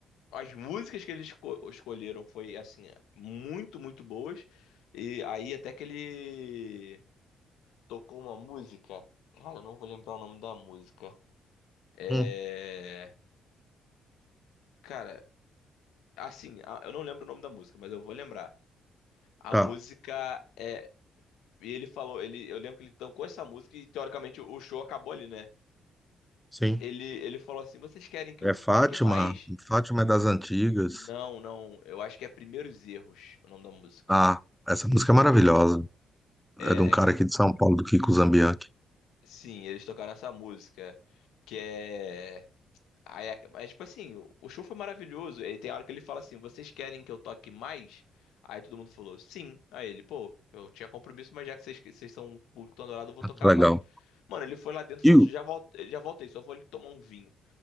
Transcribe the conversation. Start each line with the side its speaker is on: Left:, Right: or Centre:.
Left: As músicas que eles esco- escolheram foi assim, muito, muito boas. E aí até que ele tocou uma música. Cara, eu não vou lembrar o nome da música. É,
Centre: Hum,
Left: cara, assim, a- eu não lembro o nome da música, mas eu vou lembrar. A
Centre: tá.
Left: música é E ele falou, ele, eu lembro que ele tocou essa música e teoricamente o o show acabou ali, né?
Centre: Sim.
Left: Ele, ele falou assim: "Vocês querem que
Centre: É
Left: eu
Centre: Fátima.
Left: toque mais?"
Centre: Fátima é das antigas.
Left: Não, não, eu acho que é Primeiros Erros, o nome da música.
Centre: Ah, essa música é maravilhosa.
Left: É,
Centre: É de um cara aqui de São Paulo, do Kiko Zambianchi.
Left: sim, eles tocaram essa música, que é aí, é- mas tipo assim, o, o show foi maravilhoso. Aí tem hora que ele fala assim: "Vocês querem que eu toque mais?" Aí todo mundo falou: "Sim". Aí ele, pô, eu tinha compromisso, mas já que vocês, vocês são um público tão adorado, eu vou tocar
Centre: Legal.
Left: mais. Mano, ele foi lá dentro e falou:
Centre: E o,
Left: "Já voltei, já voltei, só vou ali tomar um vinho."